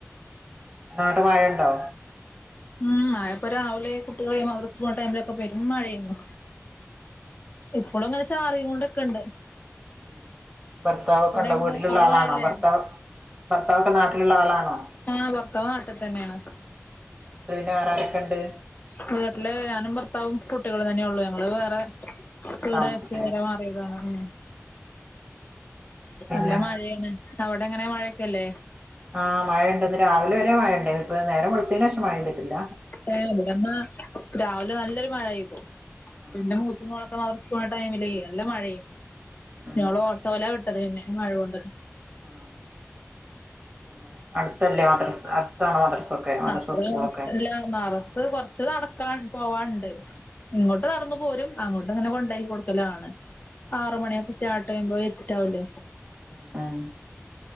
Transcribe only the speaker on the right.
ഇന്നാട്ട് മഴണ്ടോ?
ഉം ഭർത്താവൊക്കണ്ട
വീട്ടില്ള്ള
ആളാണോ
ഭർത്താവ്? ഭർത്താവൊക്കെ നാട്ടില്ള്ള ആളാണോ?
വീട്ട് പിന്നെ വേറാരൊക്കെണ്ട്?
താമസിക്കണേ
പിന്നെ
ആഹ് മഴയണ്ടന്ന് രാവിലെ വരെ മഴയണ്ടേ ഇപ്പൊ നേരം വെൾത്തെന്റെശം മഴ്തിട്ടില്ല.
ആഹ്
ഉം
ആഹ് പിന്നെ അടുത്തല്ലേ മദ്രസ അടുത്തണോ മദ്രസൊക്കെ? മദ്രസ
സ്കൂളൊക്കെ
ഉം
ശരി.
ആ ആഹ്